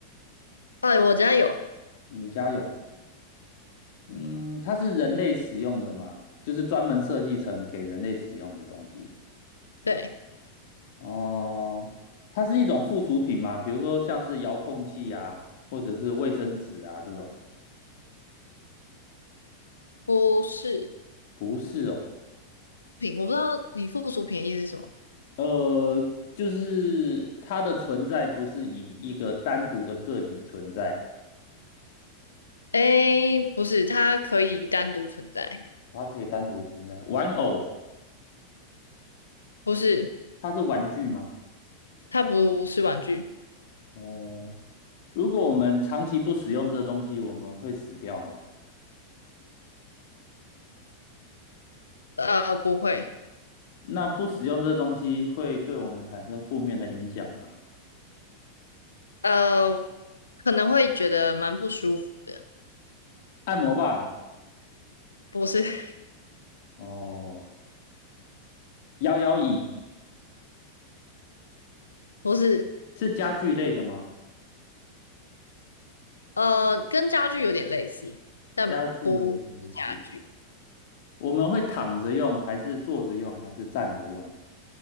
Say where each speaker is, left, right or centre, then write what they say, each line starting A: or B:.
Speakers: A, on the left (about 75°); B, on the left (about 50°).
A: 哎，我家有，
B: 你家有？嗯，它是人类使用的吗？就是专门设计成给人类使用的东西。
A: 对，
B: 哦，它是一种附属品吗？比如说像是遥控器啊，或者是卫生纸啊这种？
A: 不是
B: 不是哦，
A: 品，我不知道你附属品的意思是什么。
B: 呃，就是它的存在不是以一个单独的个体存在。
A: 诶，不是，它可以单独存在，
B: 它可以单独存在。玩偶，
A: 不是，
B: 它是玩具吗？
A: 它不是玩具，
B: 哦，如果我们长期不使用这东西，我们会死掉吗？
A: 呃，不会。
B: 那不使用这东西会对我们产生负面的影响吗？
A: 呃，可能会觉得蛮不舒服的，
B: 按摩棒，
A: 不是 <laughs>
B: 哦，摇摇椅
A: 不是，
B: 是家具类的吗？
A: 呃，跟家具有点类似，但不是家具，
B: 家具有点类似，我们会躺着用，还是坐着用，还是站着用？